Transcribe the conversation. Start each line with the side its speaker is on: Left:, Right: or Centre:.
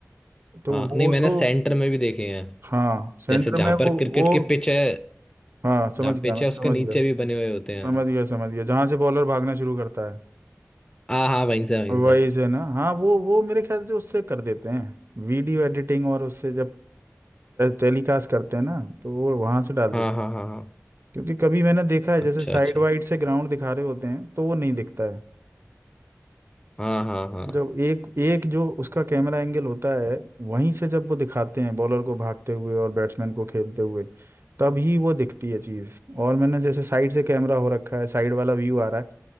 Right: तो
Left: हाँ
Right: वो
Left: नहीं मैंने
Right: तो
Left: सेंटर में भी देखे हैं
Right: हाँ सेंटर
Left: जैसे जहाँ
Right: में
Left: पर
Right: वो
Left: क्रिकेट
Right: वो
Left: की पिच है
Right: हाँ समझ
Left: जहाँ
Right: गया
Left: पिच
Right: मैं
Left: है
Right: समझ
Left: उसके नीचे
Right: गया
Left: भी बने हुए होते हैं
Right: समझ गया समझ गया जहाँ से बॉलर भागना शुरू करता है
Left: हाँ हाँ वहीं से वहीं
Right: वही
Left: से
Right: से ना हाँ वो वो मेरे ख्याल से उससे कर देते हैं वीडियो एडिटिंग और उससे जब टेलीकास्ट करते हैं ना तो वो वहां से डाल
Left: हाँ
Right: देते हैं
Left: हाँ हाँ हाँ
Right: क्योंकि कभी मैंने देखा है जैसे
Left: अच्छा
Right: साइड
Left: अच्छा
Right: वाइड से ग्राउंड दिखा रहे होते हैं तो वो नहीं दिखता है
Left: हाँ हाँ हाँ
Right: जब एक एक जो उसका कैमरा एंगल होता है वहीं से जब वो दिखाते हैं बॉलर को भागते हुए और बैट्समैन को खेलते हुए तब ही वो दिखती है चीज और मैंने जैसे साइड से कैमरा हो रखा है साइड वाला व्यू आ रहा है